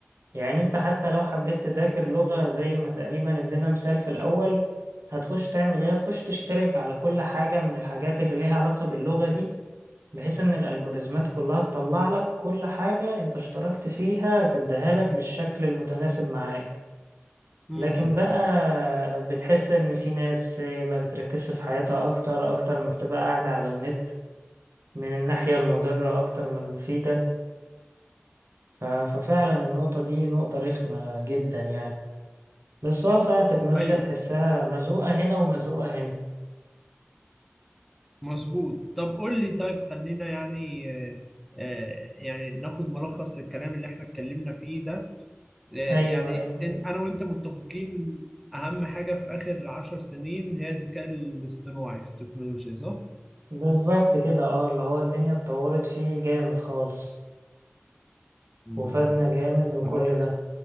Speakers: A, on the right; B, in the centre.
A: يعني انت حتى لو حبيت تذاكر لغة زي ما تقريبا ادينا مثال في الاول هتخش تعمل ايه هتخش تشترك على كل حاجة من الحاجات اللي ليها علاقة باللغة دي بحيث ان الالجوريزمات كلها تطلع لك كل حاجة انت اشتركت فيها تديها لك بالشكل المتناسب معاك
B: أمم.
A: لكن بقى بتحس ان في ناس ما بتركزش في حياتها اكتر اكتر ما بتبقى قاعدة على النت من الناحية المضرة اكتر من المفيدة ف- ففعلا النقطة دي نقطة رخمة جدا يعني بس هو فعلا التكنولوجيا
B: أيوه
A: تحسها مزقوقة هنا ومزقوقة هنا
B: مظبوط طب قول لي طيب خلينا يعني آه، آه، يعني ناخد ملخص للكلام اللي احنا اتكلمنا فيه ده آه،
A: ايوه
B: يعني
A: ايوه
B: إن- انا وانت متفقين ان اهم حاجة في اخر عشر سنين هي الذكاء الاصطناعي في التكنولوجيا صح؟
A: بالظبط كده اه اللي هو الدنيا اتطورت فيه جامد خالص
B: مم.
A: وفادنا جامد
B: خلاص
A: وكل ده